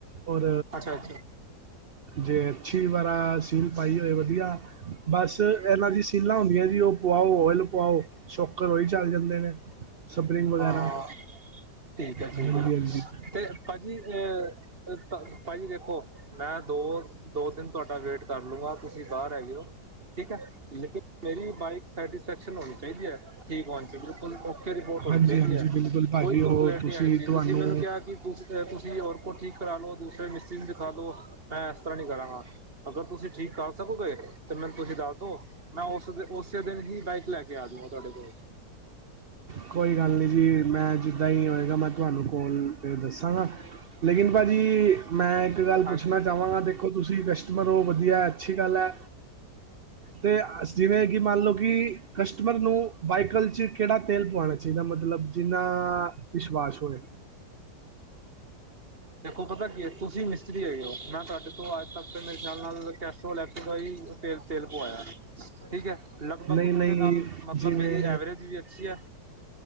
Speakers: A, on the right (about 55°); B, on the right (about 30°).
A: ਔਰ
B: ਅੱਛਾ-ਅੱਛਾ
A: ਜੇ ਅੱਛੀ ਵਾਰਾ ਸੀਨ ਪਾਈ ਹੋਵੇ ਵਧੀਆ ਬਸ ਇਹਨਾਂ ਦੀ ਸੀ ਸੀਲਾ ਹੁੰਦੀਆਂ ਸੀ ਉਹ ਪੁਆਓ ਓਇਲ ਪੁਆਓ ਸ਼ੌਕਰ ਉਹੀ ਚੱਲ ਜਾਂਦੇ ਨੇ ਸਪਰਿੰਗ ਵਗੈਰਾ
B: ਹਾਂ-ਹਾਂ
A: <inaudible>
B: ਠੀਕ ਹੈ-ਠੀਕ
A: ਹਾਂਜੀ
B: ਹੈ
A: ਹਾਂਜੀ
B: ਤੇ ਭਾਜੀ ਅਹ ਭਾਜੀ ਦੇਖੋ ਮੈਂ ਦੋ-ਦੋ ਦਿਨ ਤੁਹਾਡਾ ਵੇਟ ਕਰ ਲੂੰਗਾ ਤੁਸੀਂ ਬਾਹਰ ਹੈਗੇ ਹੋ ਠੀਕ ਹੈ ਲੇਕਿਨ ਤੇਰੀ ਬਾਈਕ ਸੈਟੀਸਫੈਕਸ਼ਨ ਹੋਣੀ ਚਾਹੀਦੀ ਹੈ। ਠੀਕ ਵਾਨਟ ਟੂ ਡੂ ਬਿਲਕੁਲ ਓਕੇੇ ਰਿਪੋਰਟ ਹੋਣੀ
A: ਹਾਂਜੀ
B: ਚਾਹੀਦੀ
A: ਹਾਂਜੀ
B: ਹੈ
A: ਬਿਲਕੁਲ ਭਾਜੀ
B: ਕੋਈ ਕੰਪਲੇਂਟ
A: ਉਹ
B: ਨਈਂ ਆਣੀ ਚਾਈ
A: ਤੁਹਾਨੂੰ
B: ਤੁਸੀਂ ਮੈਨੂੰ ਕਿਆ ਕਿ ਤੁਸੀਂ ਤੁਸੀਂ ਔਰ ਕੋ ਠੀਕ ਕਰਾ ਲੋ ਦੂਸਰੇ ਮਿਸ ਰੀ ਨੂੰ ਦਿਖਾ ਦੋ ਮੈਂ ਇਸ ਤਰ੍ਹਾਂ ਨ੍ਹੀਂ ਕਰਾਂਗਾ। ਅਗਰ ਤੁਸੀਂ ਠੀਕ ਕਰ ਸਕੋਗੇ ਤੇ ਮੈਨੂੰ ਤੁਸੀਂ ਦੱਸ ਦੋ। ਮੈਂ ਉਸ ਉਸੇ ਦਿਨ ਹੀ ਬਾਈਕ ਲੈ ਕੇ ਆਜੂਂਗਾ ਤੁਆਡੇ ਕੋਲ।
A: ਕੋਈ ਗੱਲ ਨ੍ਹੀਂ ਜੀ ਮੈਂ ਜਿੱਦਾਂ ਈ ਹੋਏਗਾ ਮੈਂ ਤੁਆਨੂੰ ਕੋਲ ਤੇ ਦੱਸਾਂਗਾ। ਲੇਕਿਨ ਭਾਜੀ ਮੈਂ ਇੱਕ ਗੱਲ
B: ਹਾਂਜੀ
A: ਚਵਾਂਗਾ ਦੇਖੋ ਤੁਸੀਂ ਕਸਟਮਰ ਔ, ਵਧੀਆ ਅੱਛੀ ਗੱਲ ਐ ਤੇ ਅਸੀ ਜਿਵੇਂ ਕਿ ਮੰਨ ਲੋ ਕਿ ਕਸਟਮਰ ਨੂੰ ਬਾਈਕਲ ਚ ਕਿਹੜਾ ਤੇਲ ਪਵਾਉਣਾ ਚਾਈਦਾ ਮਤਲਬ ਜਿੰਨਾ, ਵਿਸ਼ਵਾਸ ਹੋਵੇ।
B: ਦੇਖੋ ਪਤਾ ਕੀ ਐ ਤੁਸੀਂ ਮਿਸਤਰੀ ਹੈਏ ਔ ਮੈਂ ਤੁਆਡੇ ਤੋਂ ਅੱਜ ਤੱਕ ਮੇਰੇ ਖਿਆਲ ਨਾਲ ਕੈਸ ਸੋ ਇਲੈਕਟਰ ਦਾ ਈ ਤੇਲ ਤੇਲ ਪਵਾਇਆ ਠੀਕ ਐ? ਲਗਭਗ
A: ਨਹੀਂ
B: ਉਹਦੇ
A: ਨਹੀਂ
B: ਨਾਲ ਮਤਲਬ
A: ਜਿਵੇਂ
B: ਮੇਰੀ ਐਵਰੇਜ ਵੀ ਅੱਛੀ ਐ